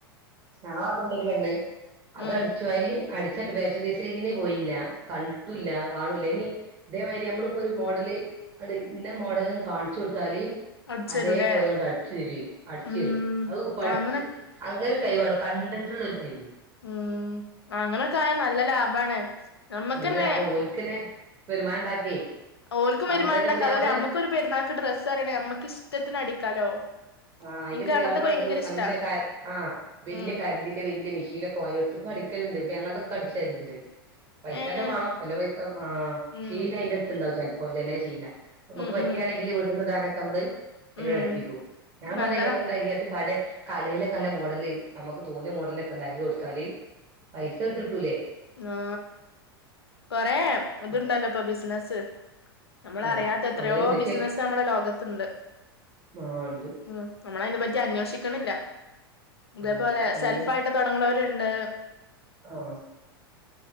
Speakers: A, on the right; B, on the left.
A: ഞൻ അടണ്ട ഒരു വെണ്ണ് അത്
B: ഉം
A: അടിച്ചു അതിന് അട പ പങ്ങനെ പോയില്ല കണ്ടിട്ടില്ല കാണൂില്ല ഇനി ഇതേമാതിരി നമ്മളിപ്പോൊ ഒരു മോഡല് അത് ഇന്ന മോഡലന്ന് കാണിച്ചു കൊട്ടാലേ
B: അടിച്ചേരൂലേ
A: അതേപോലെ അങ്ങോട്ട അടിച്ചു തര അടിച്ചു
B: ഉം
A: തരും അത്പ്പ അടിച്ച്
B: ആ അങ്ങനെ
A: അങ്ങ കൈിട കണ്ടിട്ടുള്ളൊരു കൈിവാണ്
B: ഉം അങ്ങനൊക്കെ ആയാൽ നല്ല ലാഭാണ് നമ്മക്കെന്നെ
A: നല്ല ലാഭം ഓൽക്കന്നെ വരുമാനം ഉണ്ടാക്കി
B: ഓർക്കും വരുമാനംണ്ടാക്കാം
A: എന്നിട്ട് അതിന്റെ പുതിയാപ്ലൻ
B: അതുപോലെ നമ്മുക്ക ഒരു പെരുന്നാൾക്ക് ഡ്രസ്സ് അറണേ അമ്മക്കക്ക് ഇഷ്ടത്തിന് അടിക്കാലോ
A: ആഹ് അതിന്റെ
B: ഇൻക്ക്
A: പുതിയ്
B: അങ്ങനത്തൊക്കെ ഭയങ്കര
A: നല്ല
B: ഇഷ്ടാ
A: ആ് വല്യ
B: ഉം
A: കന്ന്റെ വല് മെഷൻൊക്കെ വയോടുപ്പ അടിക്കലണ്ട്പ്പ ഞങ്ങളൊക്കെ അടിച്ചാലുണ്ട് പൈസ
B: ഏഹ്
A: എല്ലാം വേണം പല പൈസ ആ
B: ഉം
A: ശീല അയിന്റെ അടുത്ത്ണ്ടാവും ചിലപ്പോ ചില ശീല നമുക്ക്
B: ഉം
A: പറ്റാണെങ്കില്
B: ഉം
A: വീട്ടന്ന്ടാനൊക്കെ നമ്മള് അതിനോട്
B: ഉം
A: അടുപ്പിക്കും ഞാൻ
B: നല്ലതാ
A: പറിൽ ഇങ്ങനെ ഇണ്ടാക്കീട്ട് ടെ കടേലൊക്കല്ല മോഡല് നമുക്ക് തോന്ന്യെ മോഡലൊക്കെ ഇണ്ടാക്ക്യൊടുത്താല് പൈസ കിട്ടിട്ടൂ
B: ആ കൊറെ
A: ഉം.
B: തിണ്ടല്ലപ്പൊ ബിസിനസ് നമ്മള
A: ആ
B: അറിയാത്ത എത്രയോ
A: ഓൺലൈൻ ഉണ്ട് പക്ഷേ
B: ബിസിനസ്സ് നമ്മള ലോകത്തിണ്ട്
A: ആ ഉണ്ട്
B: ഉ നമ്മള അതിനെ പറ്റി അന്വേഷി ക്ക്ണില്ല ഇതേപലെ
A: ആ ആയിക്കോട്ടെ എന്നാല്
B: സെൽഫ ആയിട്ട് തുടങ്ങുന്നവരുണ്ട്
A: ആ